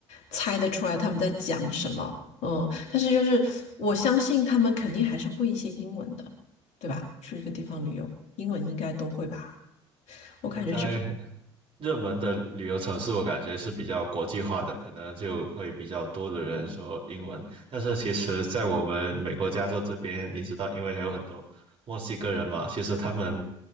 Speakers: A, on the left; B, on the right.
A: 猜得出来他们在讲什么。嗯，但是就是我相信他们肯定还是会一些英文的，对吧？去一个地方旅游，英文应该都会吧？我感觉这个
B: 应该热门的旅游城市，我感觉是比较国际化的，可能就会比较多的人说英文。但是其实，在我们美国加州这边，你知道，因为有很多墨西哥人嘛，其实他们